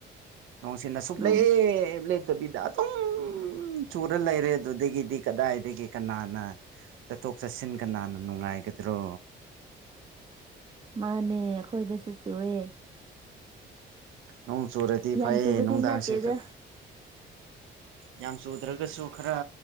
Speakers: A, on the right; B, on the right.
A: ꯅꯣꯡꯁꯤꯅ ꯁꯨꯛ
B: ꯅꯣꯡꯁꯨ
A: ꯂꯦꯞ ꯂꯦꯞꯇꯕꯤꯗ ꯎꯝ ꯆꯨꯔ ꯂꯩꯔꯦ ꯑꯗꯨꯗꯒꯤꯗꯤ ꯀꯗꯥꯏꯗꯒꯤ ꯀꯅꯥꯅ ꯆꯠꯊꯣꯛ ꯆꯠꯁꯤꯟꯒ ꯅꯥꯟꯅ ꯅꯨꯡꯉꯥꯏꯒꯗ꯭ꯔꯣ
B: ꯃꯥꯅꯦ ꯑꯩꯈꯣꯏꯗꯁꯨ ꯆꯨꯑꯦ
A: ꯅꯣꯡ ꯆꯨꯔꯗꯤ
B: ꯌꯥꯝ
A: ꯐꯩꯌꯦ
B: ꯆꯨꯕꯗꯤ
A: ꯅꯨꯡꯗꯥꯡꯁꯦ
B: ꯅꯠꯇꯦꯗ
A: ꯈ ꯌꯥꯝ ꯆꯨꯗ꯭ꯔꯒꯁꯨ ꯈꯔ